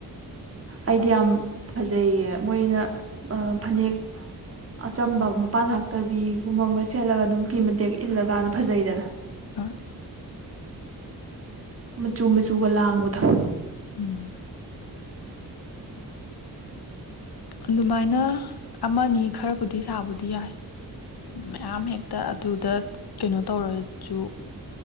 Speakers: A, on the right; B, on the left.
A: ꯑꯩꯗꯤ ꯌꯥꯝ ꯐꯖꯩꯌꯦ ꯃꯣꯏꯅ ꯐꯅꯦꯛ ꯑꯆꯝꯕ ꯃꯄꯥꯟ ꯍꯛꯇꯕꯤꯒꯨꯝꯕ ꯑꯃꯒ ꯁꯦꯠꯂꯒ ꯑꯗꯨꯝ ꯐꯤ ꯃꯇꯦꯛ ꯏꯜꯂꯀꯥꯟꯗ ꯐꯖꯩꯗꯅ
B: ꯍꯣꯏ
A: ꯃꯆꯨ ꯃꯆꯨꯒ ꯂꯥꯡꯕꯗꯣ
B: ꯎꯝ ꯑꯗꯨꯃꯥꯏꯅ ꯑꯃꯅꯤ ꯈꯔꯕꯨꯗꯤ ꯁꯥꯕꯨꯗꯤ ꯌꯥꯏ ꯃꯌꯥꯝ ꯍꯦꯛꯇ ꯑꯗꯨꯗ ꯀꯩꯅꯣ ꯇꯧꯔꯁꯨ